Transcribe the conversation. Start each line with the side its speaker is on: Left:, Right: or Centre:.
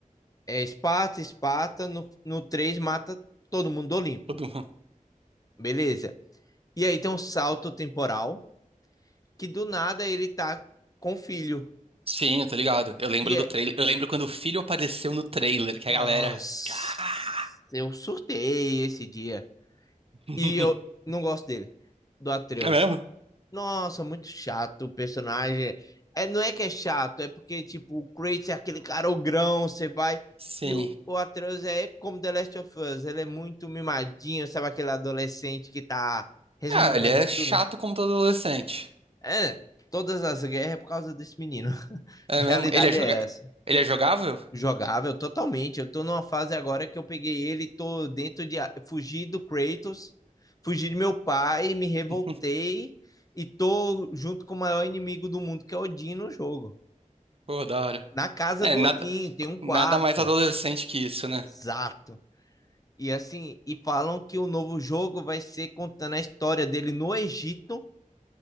Left: é Esparta, Esparta, no, no 3 mata todo mundo do Olimpo.
Right: Todo mundo.
Left: Beleza. E aí tem um salto temporal que do nada ele tá com o filho.
Right: Sim, tá ligado. Eu lembro
Left: E é.
Right: do trailer. Eu lembro quando o filho apareceu no trailer, que
Left: Nossa,
Right: a galera. "Ah!"
Left: eu surtei esse dia.
Right: <laughs>
Left: E eu não gosto dele, do Atreus.
Right: É mesmo?
Left: Nossa, muito chato o personagem. É, não é que é chato, é porque, tipo, o Kratos é aquele cara ogrão, você vai.
Right: Sim.
Left: E o, o Atreus é como The Last of Us, ele é muito mimadinho, sabe aquele adolescente que tá resmungando
Right: Ah, ele é
Left: de
Right: chato
Left: tudo?
Right: como todo adolescente.
Left: É, todas as guerras é por causa desse menino. <laughs>
Right: É
Left: A realidade
Right: mesmo? Ele é joga...
Left: é essa.
Right: Ele é jogável?
Left: Jogável, totalmente. Eu tô numa fase agora que eu peguei ele, tô dentro de. Fugi do Kratos, fugi de meu pai, me revoltei
Right: <laughs>
Left: e tô junto com o maior inimigo do mundo, que é Odin, no jogo.
Right: Pô, da hora.
Left: Na casa
Right: É,
Left: do
Right: nada,
Left: Odin, tem um quarto.
Right: nada mais adolescente que isso, né?
Left: Exato. E assim, e falam que o novo jogo vai ser contando a história dele no Egito